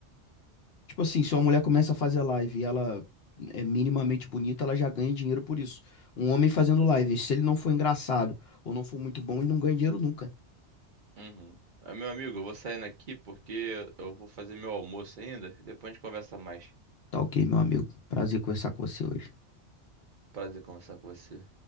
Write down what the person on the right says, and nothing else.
uhum. Ah, Meu amigo, eu vou saindo aqui porque eu vou fazer meu almoço ainda. Depois a gente conversa mais.
Prazer conversar com você.